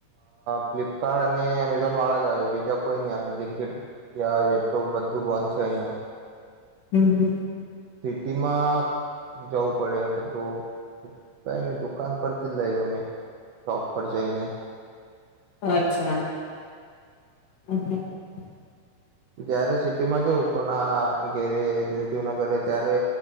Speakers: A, on the right; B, on the left.
A: ફ્લિપકાર્ટ અને એમેઝોન વાળા જ આવે, બીજા કોઈ નહીં આવે, બ્લિંકટ યા જે તો બધું બંધ છે અહીંયા
B: હમ, હમ.
A: તીમાં જવું પડે બધું કંઈ નહીં, દુકાન પરથી જ લઈ લો મેં, શોપ પર જઈને
B: અચ્છા. <unintelligible>
A: જ્યારે સિટીમાં જવું પન આ આ કોના ઘેરે, રિલેટિવના ઘરે, ત્યારે